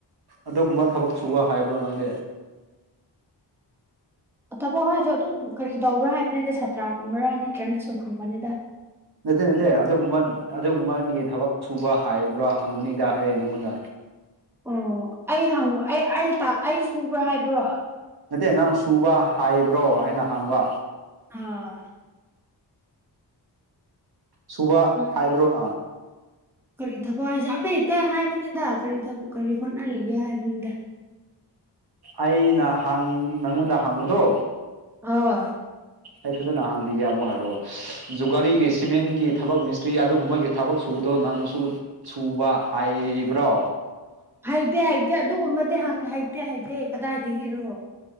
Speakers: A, on the right (about 60°); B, in the centre.
A: ꯑꯗꯨꯒꯨꯝꯕ ꯊꯕꯛ ꯁꯨꯕ ꯍꯥꯏꯕ꯭ꯔꯣ ꯅꯪꯗꯤꯦ
B: ꯊꯕꯛ ꯍꯥꯏꯁꯨ ꯑꯗꯨꯝ ꯀꯔꯤ ꯇꯧꯕ꯭ꯔꯥ ꯍꯥꯏꯕꯅꯤꯗ ꯁꯥꯇ꯭ꯔꯥꯒꯨꯝꯕꯔꯥ ꯅꯠꯇ꯭ꯔꯅ ꯁꯨꯝ ꯍꯪꯕꯅꯤꯗ
A: ꯅꯠꯇꯦ ꯅꯠꯇꯦ ꯑꯗꯨꯒꯨꯝꯕ ꯑꯗꯨꯒꯨꯝꯕꯒꯤ ꯊꯕꯛ ꯁꯨꯕ ꯍꯥꯏꯕ꯭ꯔꯣ ꯍꯪꯕꯅꯤꯗ ꯑꯩ ꯅꯪꯉꯣꯟꯗ
B: ꯑꯣ ꯑꯩ ꯍꯪ ꯑꯩ ꯑꯩ ꯁꯨꯕ꯭ꯔꯥ ꯍꯥꯏꯕ꯭ꯔꯣ
A: ꯅꯠꯇꯦ ꯅꯪ ꯁꯨꯕ ꯍꯥꯏꯕ꯭ꯔꯣ ꯍꯥꯏꯅ ꯍꯪꯕ
B: ꯑꯥ
A: ꯁꯨꯕ
B: ꯎꯝ
A: ꯍꯥꯏꯕ꯭ꯔꯣꯅ
B: ꯀꯔꯤ ꯊꯕꯛ ꯍꯥꯏꯁꯦ ꯑꯃ ꯍꯦꯛꯇ ꯍꯥꯏꯕꯅꯤꯗ ꯀꯔꯤ ꯊ ꯀꯔꯤ ꯍꯣꯠꯅꯔꯤꯒꯦ ꯍꯥꯏꯕꯅꯤꯗ <inaudible>
A: ꯑꯩꯅ ꯍꯥꯡ ꯅꯪꯉꯣꯟꯗ ꯍꯥꯡꯕꯨꯗꯣ
B: ꯑ
A: ꯑꯩ ꯐꯖꯅ ꯍꯥꯡꯕꯤꯒꯦ ꯑꯃꯨꯛ ꯍꯥꯏꯔꯛꯑꯣ ꯖꯨꯒꯥꯂꯤꯒꯤ ꯁꯤꯃꯦꯟꯒꯤ ꯊꯕꯛ ꯃꯤꯁꯇ꯭ꯔꯤ ꯑꯗꯨꯒꯨꯝꯕꯒꯤ ꯊꯕꯛ ꯁꯨꯕꯗꯣ ꯅꯪꯁꯨ ꯁꯨꯕ ꯍꯥꯏ ꯍꯕ꯭ꯔꯣ
B: ꯍꯩꯇꯦ ꯍꯩꯇꯦ ꯑꯗꯨꯒꯨꯝꯕꯗꯤ ꯍꯪꯉ ꯍꯩꯇꯦ ꯍꯩꯇꯦ ꯀꯗꯥꯏꯗꯒꯤꯔꯣ